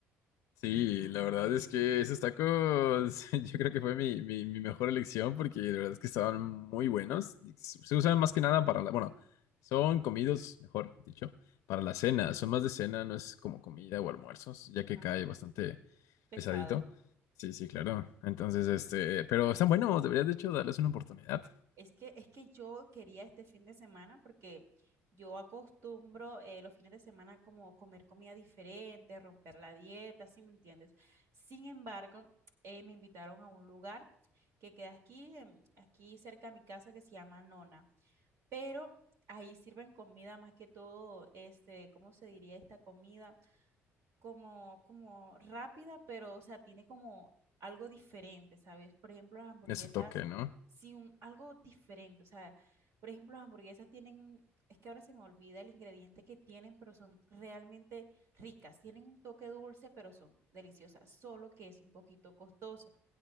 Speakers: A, on the left; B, on the right.
A: Sí, la verdad es que esos tacos <laughs> yo creo que fue mi, mi, mi mejor elección porque la verdad es que estaban muy buenos. Se usan más que nada para la, bueno, son comidos, mejor dicho, para la cena. Son más de cena, no es como comida o almuerzos, ya que
B: Ah,
A: cae bastante
B: Pesado.
A: pesadito. Sí, sí, claro. Entonces, este, pero están buenos, deberías de hecho darles una oportunidad.
B: Es que, es que yo quería este fin de semana porque yo acostumbro eh, los fines de semana como comer comida diferente, romper la dieta, ¿sí me entiendes? Sin embargo, eh, me invitaron a un lugar que queda aquí, en- aquí cerca de mi casa que se llama Nona, pero ahí sirven comida más que todo, este, ¿cómo se diría esta comida? como, como rápida, pero, o sea, tiene como algo diferente, ¿sabes? Por ejemplo, las hamburguesas,
A: Tiene su toque, ¿no?
B: sí, un, algo diferente, o sea, por ejemplo, las hamburguesas tienen, un- es que ahora se me olvida el ingrediente que tienen, pero son realmente ricas, tienen un toque dulce, pero son deliciosas, solo que es un poquito costoso.